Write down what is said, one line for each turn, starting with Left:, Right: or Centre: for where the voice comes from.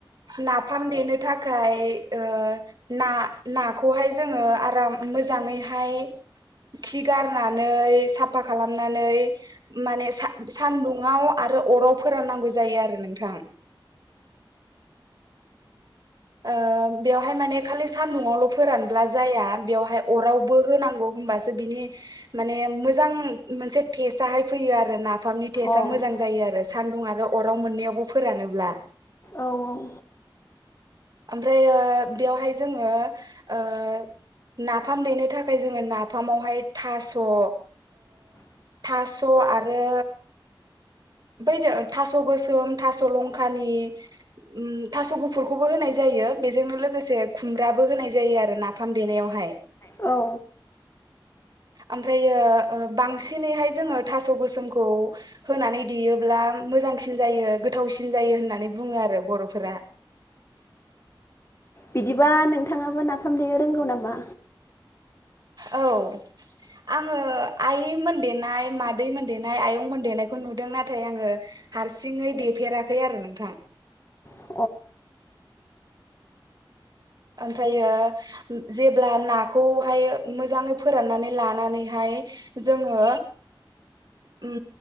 Right: नाफाम देनो थाखाय ओ ना नाखौहाय जोङो आराम मोजाङैहाय खि गारनानै साफा खालामनानै माने सान सानदुंआव आरो अराव फोराननांगौ जायो आरो नोंथां ओ बेवहाय माने खालि सान्दुआवल' फोरानब्ला जाया बेवहाय अरावबो होनांगौ होनबासो बिनि माने मोजां मोनसे टेस्टआहाय फैयो आरोना नाफामनि टेस्टआ
Left: औ। अ। औ
Right: मोजां जायो आरो सान्दुं आरो अराव मोननैयावबो फोरानोब्ला
Left: औ औ
Right: ओमफ्राय ओ बेयावहाय जोङो ओ नाफाम देनो थाखाय जोङो नाफामावहाय थास' ओ थास' आरो बै थास' गोसोम थास' लंखानि उम थास' गुफुरखौबो होनाय जायो बेजोंनो लोगोसे खुमब्राबो होनाय जायो आरो नाफाम देनायावहाय
Left: औ
Right: ओमफ्रायो ओ‌ बांसिनैहाय जोङो थास' गोसोमखौ होनानै देयोब्ला मोजांसिन जायो गोथावसिन जायो होननानै बुङो आरो बर'फोरा
Left: बिदिबा नोंथाङाबो नाफाम देनो रोंगौ नामा
Right: औ आङो आइमोन देनाय मादैमोन देनाय आयंमोन देनायखौ नुदों नाथाय आङो हारसिङै देफेराखै आरो नोंथां
Left: औ
Right: ओमफ्रायो जेब्ला नाखौहाय मोजाङै फोराननानै लानानैहाय जोङो उम